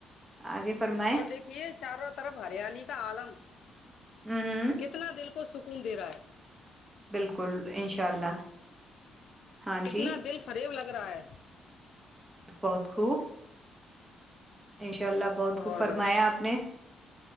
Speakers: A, on the right (about 20°); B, on the left (about 70°).
A: آگے فرمائیں
B: اور دیکھیے چاروں طرف ہریلی کا آلم
A: ہوں ہوں
B: کتنا دل کو سکون دے رہا ہے
A: بالکل انشاء اللہ ہاں
B: کتنا
A: جی
B: دل فریب لگ رہا ہے
A: بہت خوب انشاء اللہ بہت کچھ
B: اور
A: فرمایا آپ نے